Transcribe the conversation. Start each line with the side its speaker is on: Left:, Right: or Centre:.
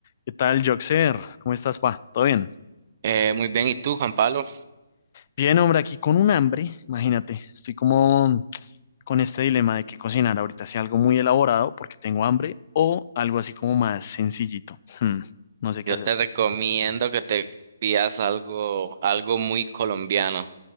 Left: ¿Qué tal, Joxer? ¿Cómo estás, pa? ¿Todo bien?
Right: Eh, muy bien, ¿y tú, Juan Pablo?
Left: Bien, hombre, aquí con un hambre, imagínate, estoy como con este dilema de qué cocinar ahorita, si algo muy elaborado porque tengo hambre o algo así como más sencillito. Hmm, no sé qué
Right: Yo
Left: hacer.
Right: te recomiendo que te pidas algo, algo muy colombiano.